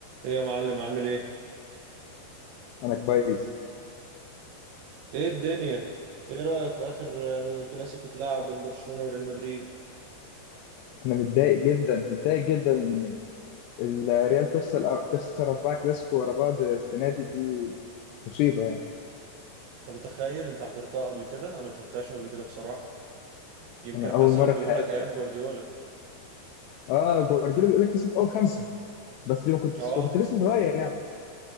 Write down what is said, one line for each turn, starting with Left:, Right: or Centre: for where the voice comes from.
Right: ايه يا معلم عامل ايه؟
Left: انا كويس
Right: ايه الدنيا؟ ايه رأيك في اخر آه، كلاسيكو اتلعب بين برشلونة وريال مدريد؟
Left: انا متضايق جدا متضايق جدا ان الريال تخسر تخسر اربعه كلاسيكو ورا بعض السنه دي دي مصيبه يعني
Right: انت متخيل انت حضرتها قبل كده؟ انا ما شفتهاش قبل كده بصراحة يمكن
Left: انا
Right: حصلت
Left: اول مره
Right: بيقول
Left: في حياتي
Right: لك ايام جوارديولا
Left: اه جوارديولا بيقول لك كسب اول خمسه بس ما كنت
Right: اه
Left: كنت لسه صغير يعني